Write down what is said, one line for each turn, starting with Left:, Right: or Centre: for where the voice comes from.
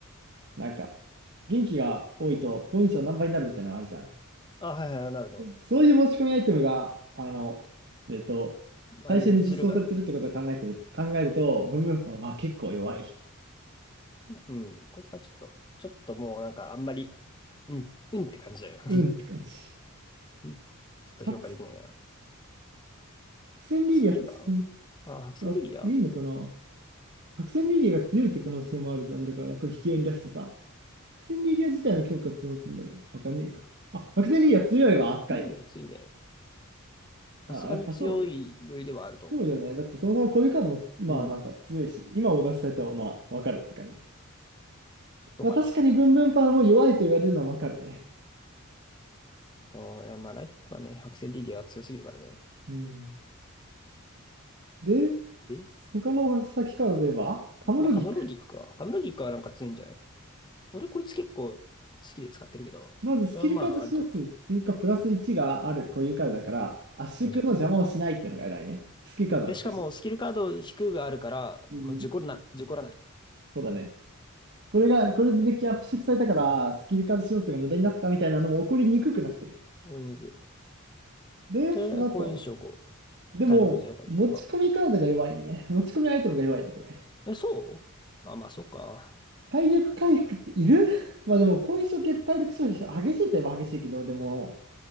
Right: なんか、元気が多いと好印象何倍になるみたいなのあるじゃん。
Left: あ、はいはい、なるね。
Right: そういう持ち込みアイテムが、あの、えっと、
Left: ああいうズルがね。
Right: 最初に実装されてるってことを考えてる、考えると、ブンブンパンは結構弱い。
Left: うん。こいつはちょっと、ちょっともうなんかあんまりうん、うんって感じだよ。
Right: うんって感じ。
Left: <laughs> うんちょっと評価できないかな。
Right: 白線リリアってそん、
Left: 次が、あ、白線リーア。
Right: あ、いいのかな白線リリアが強いって可能性もあるじゃん。だから、これ引き合いに出してさ。白線リリア自体の強化募ってんだろう。わかんねえや。あ、白線リリア強いわ、扱い。
Left: ー。いいね強いんじゃないの
Right: あ、
Left: さすがに強い酔いではあると思う。
Right: やっぱそう。そうよね。だってそもそもこういうカードも、まあなんか強いし、
Left: うん。
Right: 今を出したいとはまあわかるって感じ。
Left: そうかな。
Right: まあ確かにブンブンパンも弱いと言われるのはわかるね。
Left: あいやまあ、ライフがね、白線リィアは強すぎるからね。
Right: うん。で、
Left: え
Right: 他の先カードで言えば、カムロギク。
Left: まあ、カムロギクか。カムロギクはなんか強いんじゃない俺こいつ結構好きで使ってるけど、
Right: まずスキルカード使用数追加プラス1があるこういうカードだから、
Left: これはまあ、割と、
Right: 圧縮の邪魔をしないっていうのが偉いね。
Left: 割とうん
Right: スキルカードも引くし。
Left: で、しかも、スキルカード引くがあるから、
Right: うん、
Left: まあ、事故らない、事故らない。
Right: そうだね。これが、これでデッキアップ縮されたから、スキル数要素が無駄になったみたいなのも起こりにくくなってる。
Left: 俺に行く。
Right: で、
Left: で、
Right: その後、
Left: 好印象5。
Right: でも、
Left: 体力ゼロに。
Right: 持ち込みカードが弱いね。
Left: まあ、
Right: 持ち込みアイテムが弱いね、これ。
Left: え、そうあ、まあ、そっか。
Right: 体力回復っている <laughs> まあでも、後遺症系って体力消費激しいといえば激しいけど、でも、